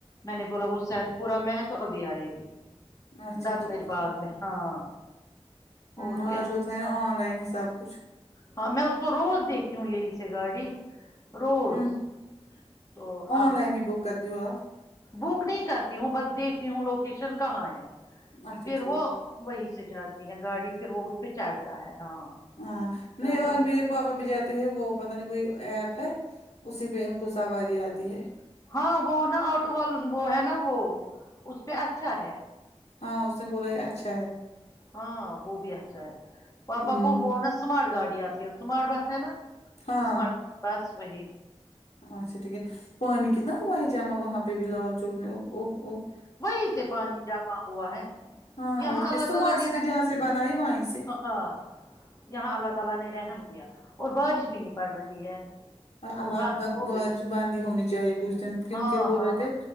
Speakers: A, on the left; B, on the left.
A: میں نے بولا وہ سید پورہ میں ہے تو ابھی آئے گی
B: اچھا
A: درد
B: ٹھیک
A: میر باغ میں ہاں
B: ہوں
A: اور کیا
B: آج ہوتا ہے نا آن لائن ہی سب کچھ
A: ہاں میں اس کو روز دیکھتی ہوں یہی سے گاڑی روز
B: ہ
A: تو اب
B: آن لائن ہی بک کرتی ہو آف
A: بک نہیں کرتی ہوں بس دیکھتی ہوں لوکیشن کہاں ہے
B: اچھا
A: پھر
B: ٹھیک
A: وہ وہی سے جاتی ہے گاڑی پھر وہ اس پہ چڑھتا ہے ہاں
B: ہاں نہیں آج
A: تو-
B: میرے پاپا بھی جاتے ہیں وہ پتہ نہیں کوئی ایپ ہے اسی پہ ان کو سواری آتی ہے
A: ہاں وہ نا آٹو وال وہ ہے نا وہ اس پہ اچھا ہے
B: ہاں اس نے بولا یہ اچھا ہے
A: ہاں وہ بھی اچھا ہے پاپا
B: ہمم
A: کو وہ نہ اسمارٹ گاڑی آتی ہے اسمارٹ بس ہے نا
B: ہاں
A: اسمارٹ بس وہی
B: اچھا ٹھیک ہے پانی کتنا ہوا ہے جمع وہاں پہ بھی لال چوک میں اوف اوف اوف
A: وہیں سے پانی جمع ہوا ہے
B: ہاں
A: یہاں
B: اور
A: اللہ
B: کیا اسمارٹ
A: تعالی نے
B: سٹی
A: رحم
B: جہاں سے
A: کیا
B: بنائی وہیں سے
A: ہاں ہاں یہاں اللہ تعالی نے رحم کیا اور بارش بھی نہیں پڑ رہی ہے وہ
B: اللہ
A: بند
B: ت
A: ہو
B: بارش
A: گئی
B: بند ہی ہونی چاہیے کچھ دن کیونکہ
A: ہاں
B: بول
A: ہاں
B: رہے تھے